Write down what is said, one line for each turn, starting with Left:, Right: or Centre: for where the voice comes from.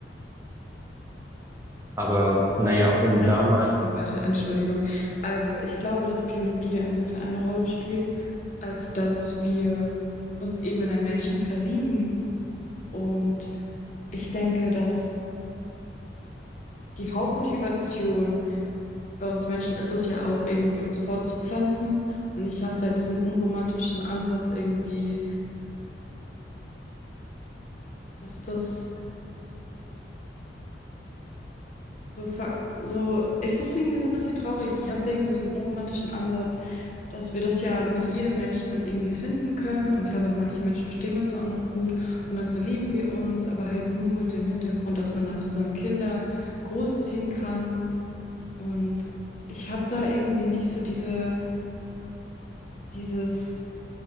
Right: Aber naja,
Left: Okay,
Right: um
Left: dann
Right: da
Left: rede
Right: mal.
Left: ich einfach weiter. Entschuldigung. Also, ich glaube, dass Biologie da insofern eine Rolle spielt, als dass wir uns eben in einen Menschen verlieben. Und ich denke, dass die Hauptmotivation bei uns Menschen ist es ja auch irgendwie, uns fortzupflanzen. Und ich habe da diesen unromantischen Ansatz irgendwie, dass das So, ver- so ist das irgendwie so ein bisschen traurig. Ich habe da irgendwie so diesen unromantischen Ansatz, dass wir das ja mit jedem Menschen dann irgendwie finden können. Und klar, mit manchen Menschen verstehen wir es dann auch noch gut und dann verlieben wir uns, aber halt nur mit dem Hintergrund, dass man dann zusammen Kinder großziehen kann. Und ich habe da irgendwie nicht so diese, dieses